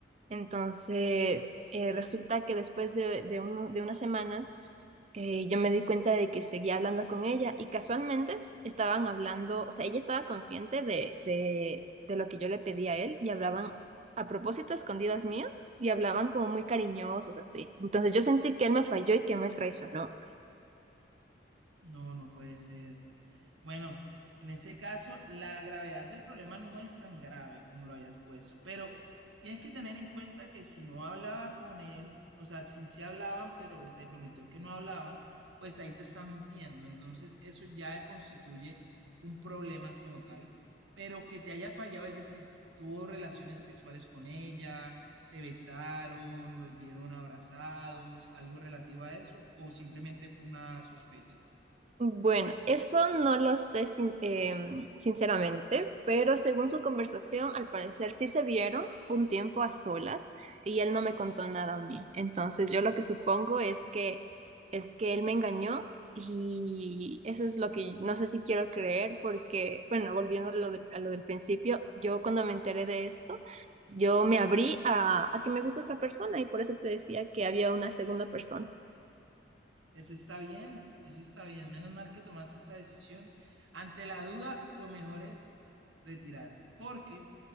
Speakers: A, on the right; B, on the right.
A: Entonces, eh, resulta que después de, de uno- de unas semanas, eh, yo me di cuenta de que seguía hablando con ella y casualmente estaban hablando, o sea, ella estaba consciente de, de, de lo que yo le pedí a él y hablaban a propósito a escondidas mías y hablaban como muy cariñosos, así. Entonces, yo sentí que él me falló y que me traicionó.
B: No, no puede ser. Bueno, en ese caso, la gravedad del problema no es tan grave como lo hayas puesto, pero tienes que tener en cuenta que si no hablaba con él, o sea, si se hablaban, pero te prometió que no hablaban, pues ahí te está mintiendo. Entonces, eso ya constituye un problema como tal, pero que te haya fallado, es decir, tuvo relaciones sexuales con ella, se besaron, los vieron abrazados, algo relativo a eso, o simplemente fue una sospecha.
A: Bueno, eso no lo sé sin- em, sinceramente, pero según su conversación, al parecer sí se vieron un tiempo a solas y él no me contó nada a mí. Entonces yo lo que supongo es que es que él me engañó y eso es lo que no sé si quiero creer porque, bueno, volviendo a lo del, a lo del principio, yo cuando me enteré de esto, yo me abrí a, a que me gusta otra persona y por eso te decía que había una segunda persona.
B: Eso está bien, eso está bien. Menos mal que tomaste esa decisión. Ante la duda, lo mejor es retirarse, porque